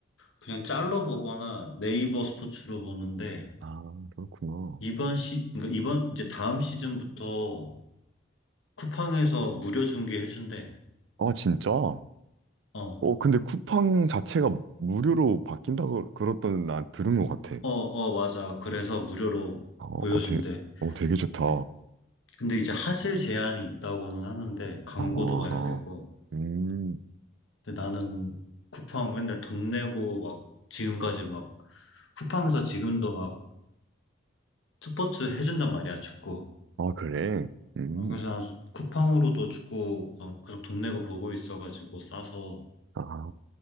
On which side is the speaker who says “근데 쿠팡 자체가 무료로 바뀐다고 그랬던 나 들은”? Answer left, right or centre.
Right